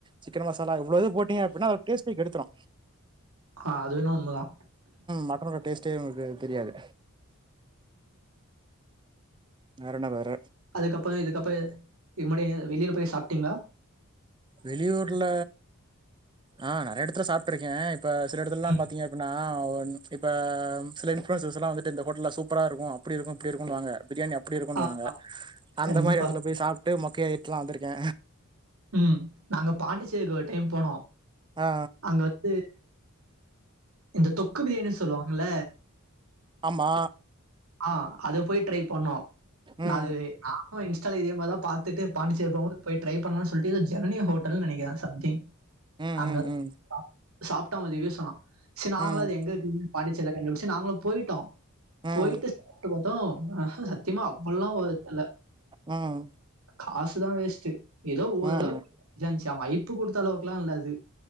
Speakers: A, on the right; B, on the right.
A: chicken masala இவ்ளோவயு போட்டிங்க அப்டினா ஒரு டேஸ்ட்டே கெடுத்துரு
B: அது என்னவோ உண்மதா
A: மட்டன் ஓட டேஸ்ட் டே உங்கள்க்கு தெரியாது வேறென்ன வேற
B: அதுக்கப்பற இதுக்கப்பற இது முன்னாடி வெளியூர் போய் சாப்ட்டீங்ளா
A: வெளியூர்ல ஆ நெறய எடத்துல சாப்ட்டுருக்க இப்ப சில எடத்துலல்லா
B: ம்.
A: பாத்தீங்க அப்டினா அ இப்ப சில இன்ஃப்லுயன்சர்ஸ்ல்லாவந்து இந்த ஹோட்டல்ல சூப்பரா இருக்கு அப்டி இருக்கு இப்டி இருக்குனு வாங்க பிரியாணி அப் அப்டி இருக்குன்னுவாங்க
B: ஆ
A: அந்த
B: கண்டிப்பா.
A: மாரி எடத்துல போய் சாப்ட்டு மொக்கயாய்ட்டுலா வந்திருக்க
B: ம் நாங்க பாண்டிச்சேரிக்கு ஒரு டைம் போனோ
A: ஆ
B: அங்க இது இந்த தொக்கு பிரியாணின் சொல்லுவாங்கள
A: ஆமா
B: ஆ அத போய் ட்ரை பண்ணோ
A: ம்
B: நாது அ இன்ஸ்டால இதே மாதிரிதா பாத்துட்டு பாண்டிச்சேரி போனப்ப போய் ட்ரை பண்ணலு சொல்லிட்டு ஜெனனி ஹட்டல்ன்னு நனைக்குறே சம்திங்
A: ம்
B: அங்க
A: ம் ம்
B: சாப்ட சாப்ட்ட ரீவ்யூஸ் சரி நாங்களு
A: ம்
B: அது எங்க இருக்குனு பாண்டிச்சேரில கண்டுபிடிச்சு நாங்களு போயிட்டோ
A: ம்
B: போயிட்டு சாப்பிட்டு பாதோ சத்தியமா அப்டில்லாம ஒருதுல
A: ம்
B: காசுதா வேஸ்ட் ஏதோ ஓரளவுக்கு
A: ம்
B: இதாருந்துச்சு அவன் யைப்பு கொடுத்த அளவுக்கொல்லா இல்லா அது